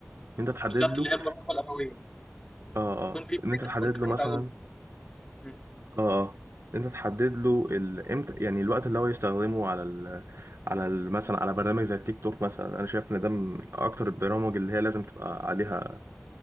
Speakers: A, on the right; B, on the left.
A: انت تحدد
B: بالظبط
A: له
B: اللي هي الرقابه الابويه
A: اه
B: يكون
A: اه
B: في
A: ان انت تحدد
B: كنترول
A: له مثلا
B: او مم.
A: اه اه انت تحدد له ال... امتى يعني الوقت اللي هو يستخدمه على ال... على ال... مثلا على برنامج زي التيك توك مثلا انا شايف ان ده من اكتر البرامج اللي هي لازم تبقى عليها